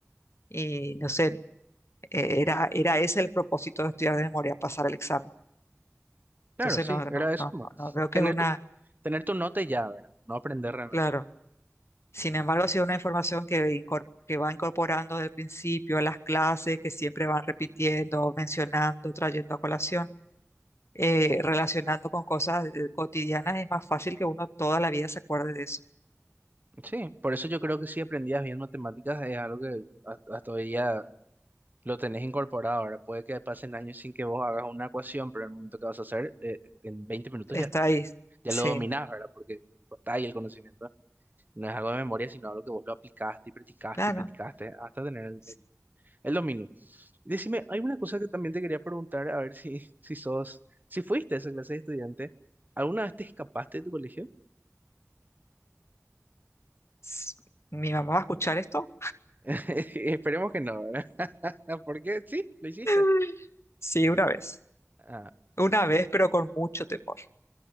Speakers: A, on the left; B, on the right.
A: Y no sé, eh, era, era ese el propósito de estudiar de memoria, pasar el examen.
B: Claro,
A: Entonces,
B: sí,
A: no, no,
B: era
A: no,
B: eso
A: no,
B: más.
A: no veo que
B: Tener
A: es una,
B: tu, tener tu nota y ya, ¿verdad? No aprender realmente.
A: claro. Sin embargo, ha sido una información que, incor- que va incorporando del principio a las clases, que siempre van repitiendo, mencionando, trayendo a colación, eh, relacionando con cosas eh, cotidianas, es más fácil que uno toda la vida se acuerde de eso.
B: Sí, por eso yo creo que si aprendías bien matemáticas es algo que hasta hasta hoy día lo tenés incorporado. Ahora puede que pasen años sin que vos hagas una ecuación, pero en el momento que vas a hacer, eh, en 20 minutos
A: Está
B: ya,
A: ahí.
B: ya
A: Sí,
B: lo dominás, ¿verdad? Porque tipo, está ahí el conocimiento. No es algo de memoria, sino algo que vos lo aplicaste y practicaste
A: claro.
B: y practicaste hasta tener el,
A: sí,
B: el- el dominio. Decime, hay una cosa que también te quería preguntar, a ver si, <laughs> si sos, si fuiste a esa clase de estudiante, ¿alguna vez te escapaste de tu colegio?
A: sí. ¿Mi mamá va a escuchar esto?
B: <laughs> Esperemos que no, ¿verdad? <laughs> Porque sí, lo hiciste.
A: <laughs> Sí, una vez.
B: Ah,
A: Una vez, pero con mucho temor.